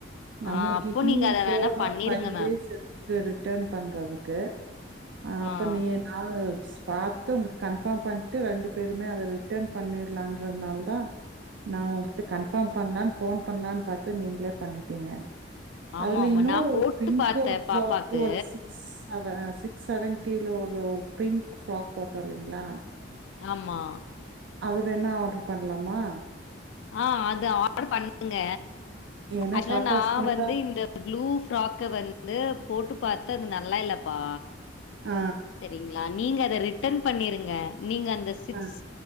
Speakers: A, on the right; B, on the left.
A: நம்மளுக்கு
B: ஆ அப்போ
A: இன்னு
B: நீங்க அத
A: ஃபோர்
B: வேணா
A: ஆர்
B: பண்ணிருங்க
A: ஃபை டேஸ்
B: மேம்.
A: இருக் கு ரிட்டன் பண்றதுக்கு அப்ப
B: ஆ.
A: நீ என் <unintelligible> பாத்து உங்க கன்ஃபார்ம் பண்ட்டு ரெண்டு பேருமே அத ரிட்டன் பண்ணிர்லாங்கறனால தா நா உங்ககிட்ட கன்ஃபார்ம் பண்லான் ஃபோன் பண்லான் பாத்து நீங்களே பண்ணிட்டீங்க
B: ஆமா
A: அதுல
B: ஆமா
A: இன்னோரு
B: நா
A: ஒரு
B: போட்டு
A: பிங்க்
B: பாத்தே
A: ஒரு ஃப்ராக்
B: பாப்பாக்கு
A: ஒரு சிக்ஸ் அவ சிக்ஸ் செவன்ட்டில ஒரு பிங்க் ஃப்ராக் போத்தோ இல்லிங்ளா
B: ஆமா
A: அது வேணா ஆர்டர் பண்லாமா
B: ஆ அது ஆர்டர் பண்ணுங்க
A: ஏன்னா
B: அதுல
A: பாப்பா
B: நா
A: ஸ்கூல்ல
B: வந்து இந்த ப்ளூ ஃப்ராக்க வந்து போட்டு பாத்து அது நல்லா இல்லப்பா
A: ஆ
B: சரிங்ளா நீங்க அத ரிட்டன் பண்ணிருங்க நீங்க அந்த சிக்ஸ்
A: ஆ,